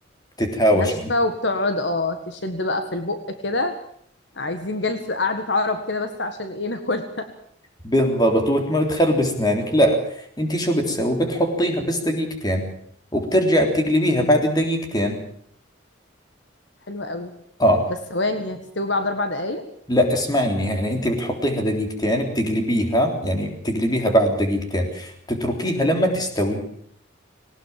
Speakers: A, on the left (about 20°); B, on the left (about 60°).
A: بتتهاوش
B: ناشفه وبتقعد اه تشد بقى في البق كده عايزين جلسه قعده عرب كده بس عشان ايه ناكلها
A: بالضبط وتخرب اسنانك لا انت شو بتسوي بتحطيها بس دقيقتين وبترجع بتقلبيها بعد الدقيقتين
B: <laughs> حلوه قوي
A: اه
B: بس ثواني هي هتستوي بعد اربع دقايق
A: لا اسمعيني يعني انت بتحطيها دقيقتين بتقلبيها يعني بتقلبيها بعد دقيقتين بتتركيها لما تستوي